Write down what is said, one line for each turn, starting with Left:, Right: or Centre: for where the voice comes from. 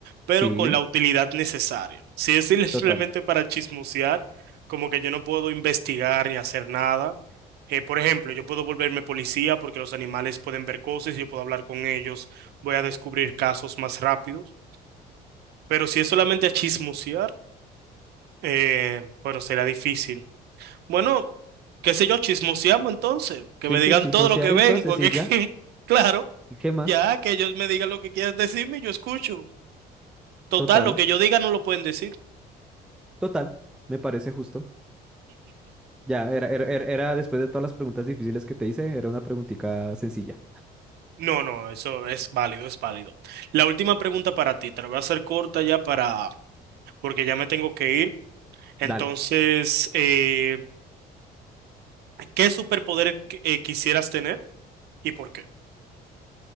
Right: pero
Centre: Sí,
Right: con la utilidad necesaria. Si es <laughs>
Centre: total.
Right: simplemente para chismosear, como que yo no puedo investigar ni hacer nada. eh, por ejemplo, yo puedo volverme policía porque los animales pueden ver cosas y yo puedo hablar con ellos, voy a descubrir casos más rápidos. Pero si es solamente a chismosear, eh, bueno, será difícil. Bueno, qué sé yo, chismoseamos entonces, que
Centre: Sí,
Right: me
Centre: pues
Right: digan
Centre: chismosear
Right: todo lo que
Centre: entonces
Right: ven, porque
Centre: y
Right: es
Centre: ya.
Right: que, <laughs> claro,
Centre: ¿Y qué más?
Right: ya que ellos me digan lo que quieran decirme, yo escucho. Total,
Centre: Total,
Right: lo que yo diga no lo pueden decir.
Centre: total, me parece justo. Ya, era, era, era- era después de todas las preguntas difíciles que te hice, era una preguntica sencilla.
Right: No, no, eso es válido, es válido. La última pregunta para ti, te la voy a hacer corta ya para, porque ya me tengo que ir. Entonces,
Centre: Dale.
Right: eh, ¿qué superpoder qui- eh, quisieras tener y por qué?